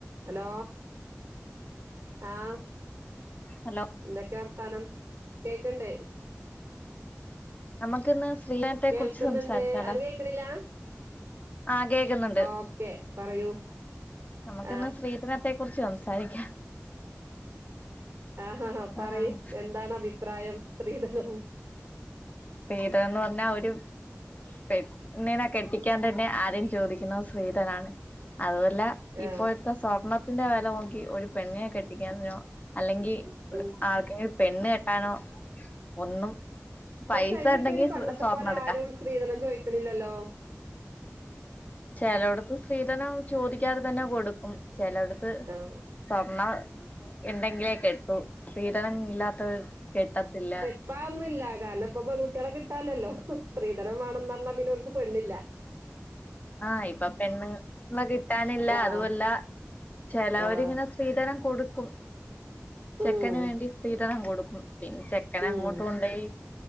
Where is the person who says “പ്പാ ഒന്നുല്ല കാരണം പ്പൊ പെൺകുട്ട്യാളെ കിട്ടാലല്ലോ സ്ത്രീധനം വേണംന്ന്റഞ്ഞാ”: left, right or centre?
Right